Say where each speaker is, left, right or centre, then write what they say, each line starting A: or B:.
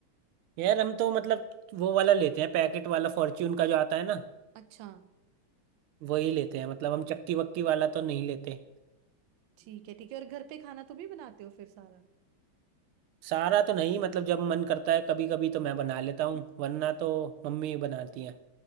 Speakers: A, on the right; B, on the right.
A: यार हम तो मतलब वो वाला लेते हैं पैकेट वाला फॉर्च्यून का जो आता है ना
B: अच्छा
A: वही लेते हैं मतलब हम चक्की वक्की वाला तो नहीं लेते
B: ठीक है ठीक है और घर पे खाना तुम ही बनाते हो फिर सारा
A: सारा तो नहीं मतलब जब मन करता है कभी कभी तो मैं बना लेता हूँ वरना तो मम्मी बनाती है